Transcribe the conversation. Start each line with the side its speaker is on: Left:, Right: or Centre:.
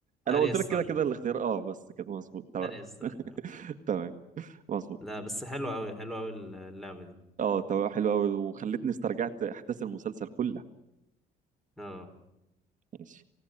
Right: انا
Centre: اريا
Right: قلت
Centre: ستارك
Right: لك كده كده الاختيار اه بس كده مظبوط تمام
Centre: اريا ستارك
Right: <laughs>
Centre: آه.
Right: تمام مظبوط
Centre: لا بس حلوة أوي حلوة أوي اللعبة دي
Right: اه تمام حلو قوي وخلتني استرجعت احداث المسلسل كلها
Centre: اه
Right: ماشي